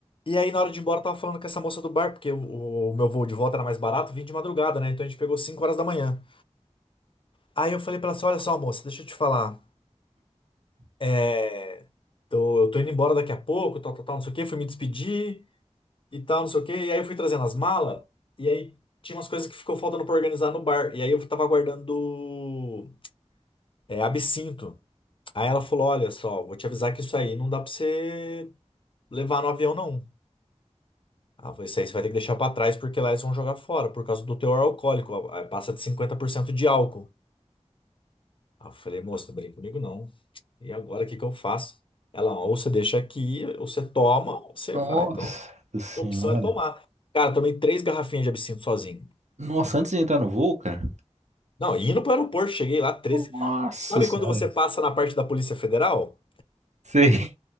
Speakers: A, on the left; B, on the right.
A: E aí na hora de ir embora eu tava falando com essa moça do bar, porque o, o meu voo de volta era mais barato, vim de madrugada, né? Então a gente pegou 5 horas da manhã. Aí eu falei pra ela assim, olha só, moça, deixa eu te falar. É... Tô, eu tô indo embora daqui a pouco, tal, tal, tal, não sei o quê. Fui me despedir e tal, não sei o quê. E aí eu fui trazendo as malas. E aí tinha umas coisas que ficou faltando pra organizar no bar. E aí eu tava guardando é, absinto. Aí ela falou, olha só, vou te avisar que isso aí não dá pra você levar no avião, não. Ah, isso aí você vai ter que deixar pra trás porque lá eles vão jogar fora por causa do teor alcoólico. ah, Passa de 50% de álcool. Ah, eu falei, moça, não brinca comigo não. E agora o que que eu faço? Ela, ou você deixa aqui, ou você toma, ou você
B: Nossa
A: vai. Ah, Então,
B: senhora.
A: a opção é tomar. Cara, tomei três garrafinhas de absinto sozinho.
B: Nossa, antes de entrar no voo, cara.
A: Não, indo pro aeroporto, cheguei lá, treze.
B: Nossa
A: Sabe
B: senhora.
A: quando você passa na parte da Polícia Federal?
B: Sei. <laughs>